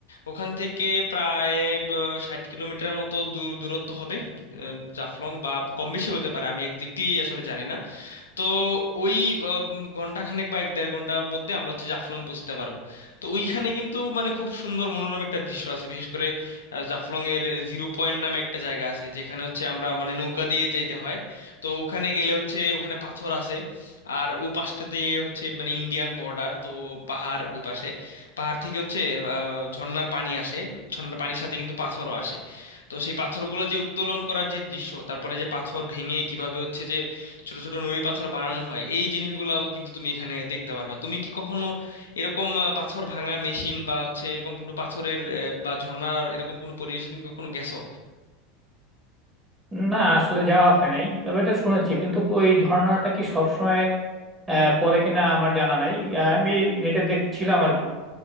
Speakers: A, on the left (about 80°); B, on the right (about 15°).
A: ওখান থেকে প্রায় ষাট কিলোমিটার মতো দূর দূরত্ব হবে আহ, জাফলং বা কম বেশি হতে পারে আমি একজ্যাক্টলি আসলে জানি না তো ওই ঘন্টা খানেক বা এক দেড় ঘন্টার মধ্যে আমরা হচ্ছে জাফলং জাফলং পৌঁছতে পারবো তো ওইখানে কিন্তু মানে খুব সুন্দর মনোরম একটা দৃশ্য আছে বিশেষ করে আহ, জাফলং এর জিরো পয়েন্ট নামে একটা জায়গা আছে যেখানে হচ্ছে আমরা মানে নৌকা দিয়ে যেতে হয় তো ওখানে গেলে হচ্ছে ওখানে পাথর আছে আর ওই পাশটাতে হচ্ছে মানে ইন্ডিয়ান বর্ডার তো পাহাড় ওই পাশে পাহাড় থেকে হচ্ছে আহ, ঝর্ণার পানি আসে ঝর্ণার পানির সাথে কিন্তু পাথরও আসে তো সেই পাথরগুলো যে উত্তোলন করার যে দৃশ্য তারপরে যে পাথর ভেঙে কিভাবে হচ্ছে যে ছোট ছোট নুড়ি পাথর বানানো হয় এই জিনিসগুলাও কিন্তু তুমি এখানে দেখতে পারবা তুমি কি কখনো এরকম আহ, পাথর ভাঙার মেশিন বা হচ্ছে এরকম কোনো পাথরের আহ, বা ঝর্ণার এরকম কোনো পরিবেশে তুমি কখনো গেছো
B: না আসলে যাওয়া হয় নাই তবে এটা শুনেছি কিন্তু ওই ঝর্ণাটা কি সবসময় আহ, পরে কিনা আমার জানা নাই আহ, আমি নেটে দেখছিলাম আর